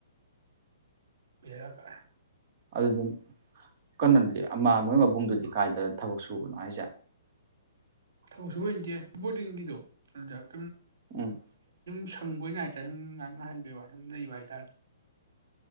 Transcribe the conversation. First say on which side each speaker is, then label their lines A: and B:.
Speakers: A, on the right; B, on the right.
A: ꯄꯦꯔ ꯀ
B: ꯑꯗꯨꯗꯨꯝ ꯀꯩꯅꯣꯗꯨꯗꯤ ꯑꯃ ꯃꯣꯏ ꯃꯕꯨꯡꯗꯨꯗꯤ ꯀꯥꯏꯗ ꯊꯕꯛ ꯁꯨꯕꯅꯣ ꯍꯥꯏꯁꯦ
A: ꯊꯕꯛ ꯁꯨ ꯍꯇꯦ ꯕꯣꯔꯗꯤꯡꯒꯤꯗꯣ ꯑꯗꯨꯖ ꯀꯝ
B: ꯎꯝ
A: <inaudible> ꯈꯪꯕꯣꯏ ꯉꯥꯏꯇꯔꯦ ꯁꯨꯝ ꯉꯥꯏ ꯅꯨꯡꯥꯏꯍꯟꯕꯤ ꯋꯥ ꯁꯨꯝ ꯂꯩꯕ ꯍꯥꯏꯇꯥꯔꯦ